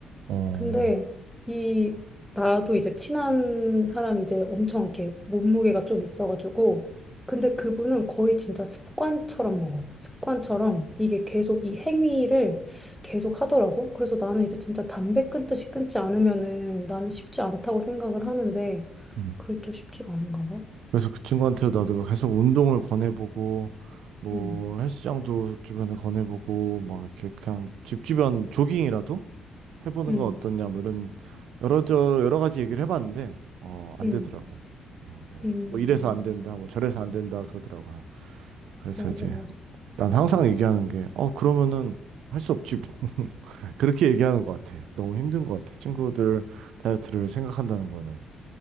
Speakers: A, on the right; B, in the centre.
A: 어.
B: 근데 이 나도 이제 친한 사람이 이제 엄청 이렇게 몸무게가 좀 있어가지고 근데 그분은 거의 진짜 습관처럼 먹어. 습관처럼 이게 계속 이 행위를 계속 하더라고. 그래서 나는 이제 진짜 담배 끊듯이 끊지 않으면은 나는 쉽지 않다고 생각을 하는데
A: 음.
B: 그게 또 쉽지가 않은가 봐.
A: 그래서 그 친구한테 나도 계속 운동을 권해보고 뭐
B: 음,
A: 헬스장도 주변에 권해보고 막 이렇게 그냥 집 주변 조깅이라도 해보는
B: 음,
A: 건 어떠냐 뭐 이런 여러 저 여러 가지 얘기를 해봤는데 어 안
B: 음,
A: 되더라고 그냥 뭐,
B: 음.
A: 뭐 이래서 안 된다 뭐 저래서 안 된다 그러더라고요 그래서
B: 맞아,
A: 이제
B: 맞아,
A: 난 항상 얘기하는 게 어 그러면은 할 수 없지 <laughs> 뭐. 그렇게 얘기하는 것 같아 너무 힘든 것 같아 친구들 다이어트를 생각한다는 거는